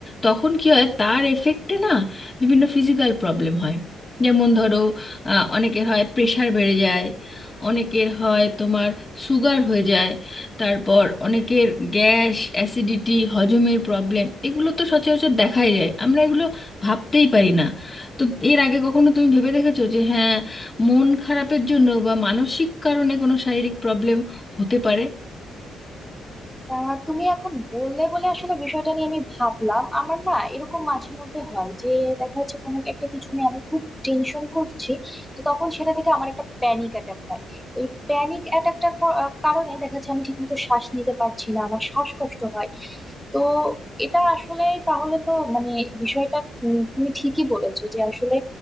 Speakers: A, on the left (about 25°); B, in the centre.
A: তখন কি হয় তার এফেক্টে না বিভিন্ন ফিজিক্যাল প্রবলেম হয় যেমন ধরো আহ, অনেকের হয় প্রেশার বেড়ে যায় অনেকের হয় তোমার সুগার হয়ে যায় তারপর অনেকের গ্যাস অ্যাসিডিটি হজমের প্রবলেম এগুলো তো সচরাচর দেখাই যায় আমরা এগুলো ভাবতেই পারি না তো এর আগে কখনো তুমি ভেবে দেখেছো যে হ্যাঁ মন খারাপের জন্য বা মানসিক কারণে কোনো শারীরিক প্রবলেম হতে পারে
B: আহ, তুমি এখন বললে বলে আসলে বিষয়টা নিয়ে আমি ভাবলাম আমার না এরকম মাঝে মধ্যে হয় যে দেখা যাচ্ছে কোনো একটা কিছু নিয়ে আমি খুব টেনশন করছি তো তখন সেটা থেকে আমার একটা প্যানিক অ্যাটাক হয় তো এই প্যানিক অ্যাটাকটার কারণে দেখা যাচ্ছে আমি ঠিকমতো শ্বাস নিতে পারছি না আমার শ্বাসকষ্ট হয় তো এটা আসলে তাহলে তো মানে বিষয়টা উম তুমি ঠিকই বলেছো যে আসলে